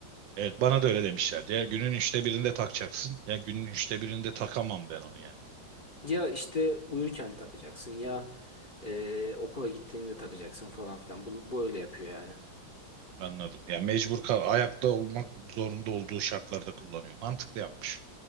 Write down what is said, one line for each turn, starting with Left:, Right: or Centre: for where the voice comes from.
Right: Evet bana da öyle demişlerdi ya günün üçte birinde takacaksın ya günün üçte birinde takamam ben onu yani
Left: Ya işte uyurken takacaksın ya e, okula gittiğinde takacaksın falan filan. Bu, bu öyle yapıyor yani.
Right: anladım ya mecbur kal ayakta olmak zorunda olduğu şartlarda kullanıyor mantıklı yapmış